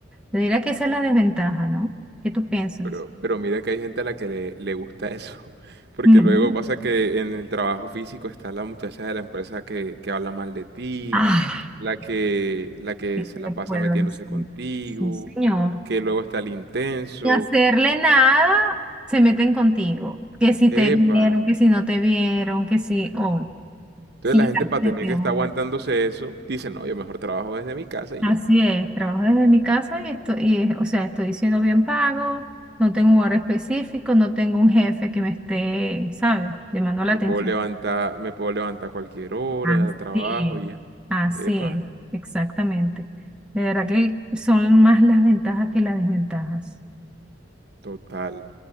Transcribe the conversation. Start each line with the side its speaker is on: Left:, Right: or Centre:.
Centre: Yo diría que esa es la desventaja, ¿no? ¿Qué tú piensas?
Right: Pero, pero mira que hay gente a la que le, le gusta eso, <laughs> porque
Centre: Ujú.
Right: luego pasa que en el trabajo físico está la muchacha de la empresa que, que habla mal de ti,
Centre: Ah,
Right: la que, la que
Centre: ¿qué te
Right: se la pasa
Centre: puedo
Right: metiéndose
Centre: decir?
Right: contigo,
Centre: Sí, señor.
Right: que luego está el intenso.
Centre: ni hacerle nada, se meten contigo. Que si te
Right: Epa.
Centre: vieron, que si no te vieron, que si, oh,
Right: Entonces
Centre: sí,
Right: la gente para
Centre: llegaste,
Right: tener
Centre: qué
Right: que
Centre: onda.
Right: estar aguantándose eso, dice, no, yo mejor trabajo desde mi casa y
Centre: Así
Right: ya.
Centre: es, trabajo desde mi casa y estoy, y, es- o sea, estoy siendo bien pago, no tengo un horario específico, no tengo un jefe que me esté, ¿sabes? Llamando la
Right: Me
Centre: atención.
Right: puedo levantar, me puedo levantar a cualquier hora,
Centre: Así
Right: trabajo y ya.
Centre: es, así
Right: Epa,
Centre: es, exactamente. De verdad que son más las ventajas que las desventajas.
Right: total.